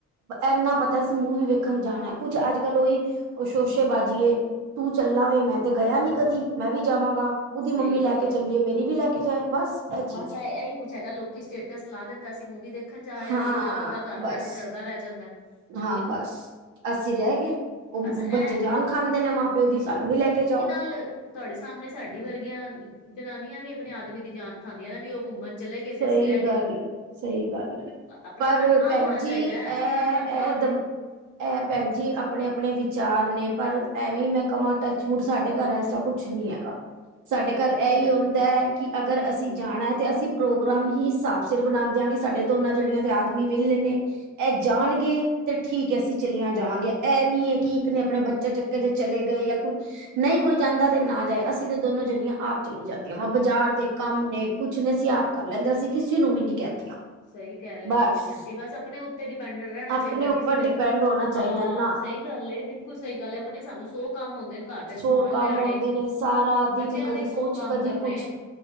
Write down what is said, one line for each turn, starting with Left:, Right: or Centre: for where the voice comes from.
Right: ਇੰਨਾ ਪਤਾ ਅਸੀਂ ਮੂਵੀ ਵੇਖਣ ਜਾਣਾ ਕੁਛ ਅੱਜ- ਕੱਲ ਉਹੀ ਉਹ ਸ਼ੋਸ਼ੇਬਾਜ਼ੀਏ। ਤੂੰ ਚੱਲਾ ਵੇ ਮੈਂ ਤੇ ਗਿਆ ਨੀ ਕਦੀ ਮੈਂ ਵੀ ਜਾਵਾਂਗਾ। ਉਹਦੀ
Left: ਸਹੀ
Right: ਮੰਮੀ
Left: ਗੱਲ
Right: ਲੈ ਕੇ
Left: ਏ
Right: ਚੱਲੀ, ਮੇਰੀ ਵੀ ਲੈ ਕੇ ਜਾਏ ਬਸ। ਇਹ ਚੀਜ਼
Left: ਬਸ ਇਹੀ ਕੁਛ ਹੈਗਾ, ਲੋਕੀ ਸਟੇਟਸ ਲਾ ਦਿੰਦਾ ਅਸੀਂ ਮੂਵੀ ਦੇਖਣ ਜਾ ਰਿਹਾ
Right: ਹਾਂ
Left: ਦੂਜਾ ਬੰਦਾ ਘਰ
Right: ਬਸ
Left: ਬੈਠੇ ਸੜਦਾ ਰਹਿ ਜਾਂਦਾ ਐ।
Right: ਹਾਂ! ਬਸ। ਅਸੀਂ ਰਹਿ ਗਏ ਉਹ
Left: ਬਸ ਇਹ
Right: ਬੱਚੇ ਜਾਨ ਖਾਂਦੇ ਨੇ ਮਾਂ- ਪਿਓ ਦੀ ਸਾਨੂੰ ਵੀ ਲੈ ਕੇ ਜਾਓ।
Left: ਨਾਲ ਤੁਹਾਡੇ ਸਾਹਮਣੇ ਸਾਡੀ ਵਰਗੀਆਂ ਜਨਾਨੀਆਂ ਵੀ ਆਪਣੇ ਆਦਮੀ ਦੀ ਜਾਨ ਖਾਂਦੀਆਂ ਨੇ ਵੀ ਉਹ ਘੁੰਮਣ ਚਲੇ ਗਏ ਤੇ,
Right: ਸਹੀ
Left: ਅਸੀਂ ਰਹਿ ਗਏ।
Right: ਗੱਲ ਹੈ, ਸਹੀ ਗੱਲ ਹੈ,
Left: ਆਪਣਾ-ਆਪਣਾ
Right: ਪਰ
Left: ਦਿਮਾਗ
Right: ਭੈਣ
Left: ਹੋਣਾ
Right: ਜੀ
Left: ਚਾਹੀਦਾ
Right: ਇਹ
Left: ਹੈ ਆਪਣਾ-ਆਪਣਾ ਦਿਮਾਗ
Right: ਇਹ
Left: ਏ
Right: ਦਮ ਇਹ ਭੈਣ ਜੀ ਆਪਣੇ ਆਪਣੇ ਵਿਚਾਰ ਨੇ ਪਰ ਐਵੇਂ ਹੀ ਮੈਂ ਕਹਾਂ ਟੱਚ ਮੂਡ ਸਾਡੇ ਘਰ ਐ ਸਭ ਕੁਝ ਨਹੀਂ ਹੈਗਾ ਸਾਡੇ
Left: ਨਹੀਂ ਬਹੁਤ
Right: ਘਰ ਇਹੀ
Left: ਵਧੀਆ
Right: ਹੁੰਦਾ
Left: ਗੱਲ।
Right: ਹੈ ਕਿ ਅਗਰ ਅਸੀਂ ਜਾਣਾ ਹੈ ਤੇ ਅਸੀਂ ਪ੍ਰੋਗਰਾਮ ਹੀ ਹਿਸਾਬ ਸਿਰ ਬਣਾਉਂਦਿਆਂ ਕਿ ਸਾਡੇ ਦੋਨਾਂ ਜਣਿਆਂ ਦੇ ਆਦਮੀ ਵਿਹਲੇ ਨੇ ਇਹ ਜਾਣਗੇ ਤੇ ਠੀਕ ਹੈ ਅਸੀਂ ਚਲੀਆਂ ਜਾਵਾਂਗੀਆਂ ਇਹ ਨੀ ਹੈ ਕਿ ਇੱਕ ਨੇ ਆਪਣੇ ਬੱਚੇ ਚਕੇ ਚੱਕੇ ਤੇ ਚਲੇ ਗਏ ਜਾਂ ਕੁਝ ਨਹੀਂ ਕੋਈ ਜਾਂਦਾ ਤੇ ਨਾ ਜਾਏ ਅਸੀਂ ਤਾਂ ਦੋਨੋ ਜਣੀਆਂ ਆਪ ਚਲੀ ਜਾਂਦੀਆਂ ਵਾ ਬਾਜ਼ਾਰ ਦੇ ਕੰਮ ਨੇ ਕੁਝ ਨੇ ਅਸੀਂ ਆਪ ਕਰ ਲੈਂਦੇ ਅਸੀ ਕਿਸੇ ਨੂੰ ਵੀ ਨਹੀਂ ਕਹਿੰਦੀਆਂ।
Left: ਸਹੀ ਕਹਿ ਰਹੇ ਹੋ
Right: ਬਸ
Left: ਤੁਸੀਂ ਭੈਣਜੀ ਬਸ ਆਪਣੇ ਉੱਤੇ ਡਿਪੈਂਡਟ ਰਹਿਣਾ
Right: ਆਪਣੇ
Left: ਚਾਹੀਦਾ
Right: ਉੱਪਰ
Left: ਕਿਸੇ
Right: ਡਿਪੈਂਡ
Left: ਦੇ
Right: ਹੋਣਾ ਚਾਹੀਦਾ
Left: ਹਾਂ
Right: ਨਾ।
Left: ਸਹੀ ਗੱਲ ਏ ਬਿਲਕੁਲ ਸਹੀ ਗੱਲ ਹੈ ਆਪਣੇ ਸਾਨੂੰ ਸੌ ਕੰਮ ਹੁੰਦੇ ਨੇ। ਘਰ ਦੇ
Right: ਸੌ
Left: ਸਮਾਨ
Right: ਕੰਮ
Left: ਲਿਆਣੇ
Right: ਆਉਂਦੇ ਨੇ ਸਾਰਾ ਦਿਨ
Left: ਬੱਚਿਆਂ
Right: ਕਦੀ
Left: ਦੇ ਸੌ
Right: ਕੁਛ
Left: ਕੰਮ
Right: ਕਦੀ
Left: ਕਰਨੇ।
Right: ਕੁਛ